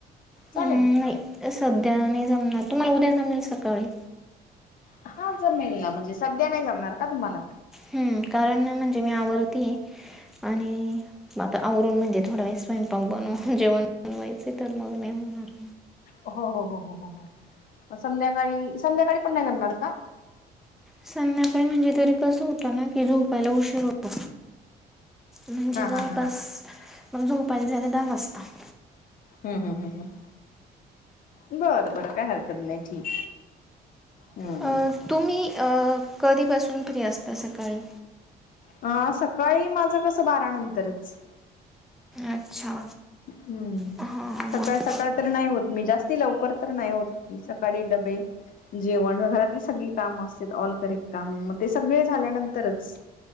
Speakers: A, in the centre; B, on the left (about 55°).
A: हम्म,
B: चालेल.
A: नाही सध्या नाही जमणार. तुम्हाला उद्या जमेल सकाळी?
B: हा जमेनला, म्हणजे सध्या नाही जमणार का तुम्हाला?
A: हं. कारण म्हणजे मी आवरतीये. आणि आता आवरून म्हणजे थोड्या वेळ स्वयंपाक बनवून जेवण बनवायच तर मग नाही होणार.
B: हो, हो, हो, हो, हो, हो. मग संध्याकाळी संध्याकाळी पण नाही जमणार का?
A: संध्याकाळी म्हणजे तरी कसं होतं ना कि झोपायला उशीर होतो. म्हणजे
B: हा
A: जवळपास
B: हा हा
A: मला झोपायला जायला दहा वाजतात.
B: हं, हं, हं, हं. बरं, बरं काय हरकत नाही. ठीक हं.
A: अ तुम्ही अ कधीपासून फ्री असता सकाळी?
B: अ सकाळी माझं कसं बारा नंतरच.
A: अच्छा.
B: हं.
A: हां
B: सकाळ
A: मग
B: सकाळ तरी नाही होत. मी जास्ती लवकर तर नाही होत. सकाळी डब्बे जेवण घरातली -- सगळी काम अस ऑल करे काम म ते सगळे झाल्यानंतरच